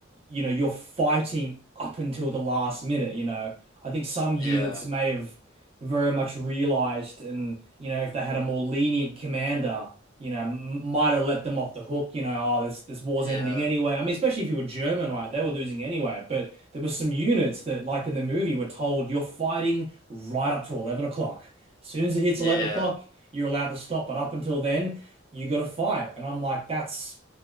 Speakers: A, on the right; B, on the left.
A: you know, you're fighting up until the last minute, you know. I think some units
B: Yeah.
A: may have very much realized and, you know, if they had a more lenient commander you know, might have let them off the hook, you know, oh, this this war's
B: Yeah,
A: ending anyway. I mean, especially if you were German, right? They were losing anyway. But there were some units that, like in the movie, were told you're fighting right up to 11 o'clock. As soon as it hits
B: yeah,
A: 11 o'clock, you're allowed to stop, but up until then, you got to fight. And I'm like, that's